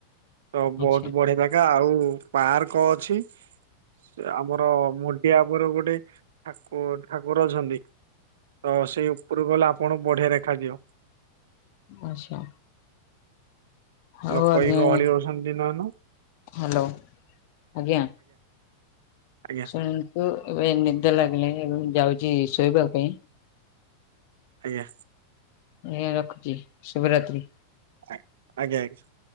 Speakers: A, on the right (about 60°); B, on the left (about 45°).
A: ତ ବୋହୁତ
B: ଆଚ୍ଛା
A: ବଢିଆ ଜା ଗା ଆଉ ପାର୍କ ଅଛି। ସେ ଆମର ମୋ ଏୟା ଉପରେ ଗୋଟେ ଠାକୁ-ଠାକୁର ଅଛନ୍ତି। ତ ସେଇ ଉପରକୁ ଗଲେ ଆପଣଙ୍କୁ ବଢିଆ ଦେଖାଯିବ।
B: ଆଚ୍ଛା। ହୋଉ
A: ଲୋକ
B: ଆଜ୍ଞା।
A: ଏଇ ଗହଳି ହଉଛନ୍ତି ଦିନମାନ
B: ହାଲୋ ଆଜ୍ଞା।
A: ଆଜ୍ଞା
B: ଶୁଣନ୍ତୁ ଏବେ ନିଦ ଲାଗିଲାଣି ଏବେ ମୁଁ ଯାଉଚି ଶୋଇବା ପାଇଁ।
A: ଆଜ୍ଞା।
B: ଆଜ୍ଞା ରଖୁଚି ଶୁଭରାତ୍ରୀ।
A: ଆକ୍ ଆଜ୍ଞା ଆଜ୍ଞା।